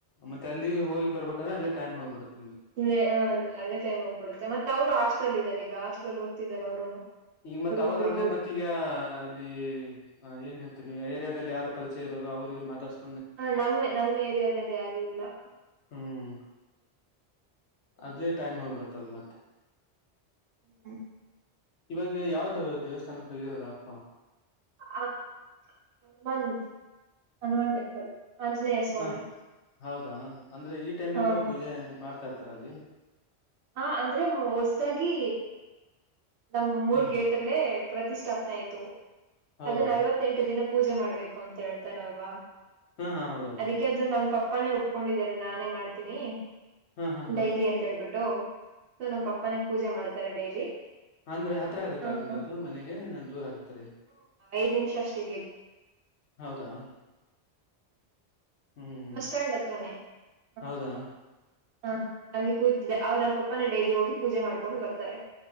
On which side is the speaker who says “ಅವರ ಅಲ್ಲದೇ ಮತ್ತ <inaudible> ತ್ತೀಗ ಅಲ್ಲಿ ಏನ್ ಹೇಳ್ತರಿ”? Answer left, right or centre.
Left